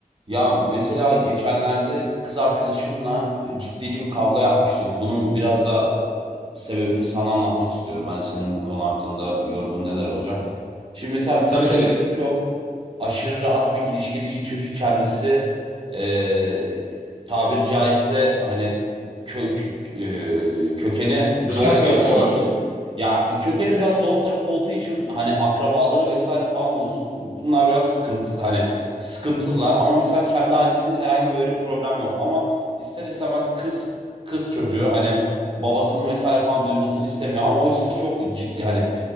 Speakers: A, on the right; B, on the left.
A: Ya mesela geçenlerde kız arkadaşımla e, ciddi bir kavga yapmıştık. Bunun biraz da sebebini sana anlatmak istiyorum. Hani senin bu konu hakkında yorumun neler olacak? Şimdi mesela bizim
B: Tabii
A: ilişkimiz
B: tabii.
A: çok aşırı rahat bir ilişki değil çünkü kendisi e, tabiri caizse hani kök e, kökeni
B: Kıskanç
A: doğu tarafı
B: bir yapısı
A: oldu.
B: var.
A: Ya kökeni biraz doğu tarafı olduğu için hani akrabaları vesaire falan olsun bu- bunlar biraz sıkıntı hani sıkıntılılar ama mesela kendi ailesinde herhangi böyle bir problem yok ama ister istemez kız kız çocuğu hani babasının vesaire falan duymasını istemiyor ama oysa ki çok ciddi yani